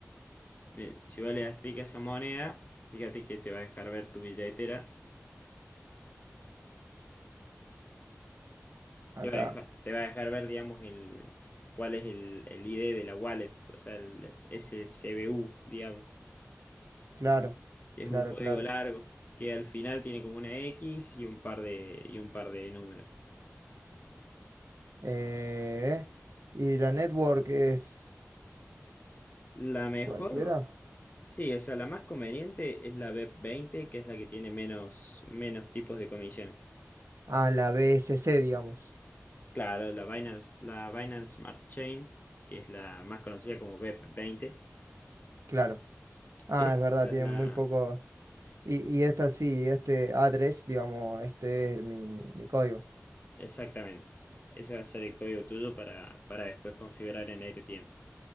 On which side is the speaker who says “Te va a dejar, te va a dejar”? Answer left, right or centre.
Left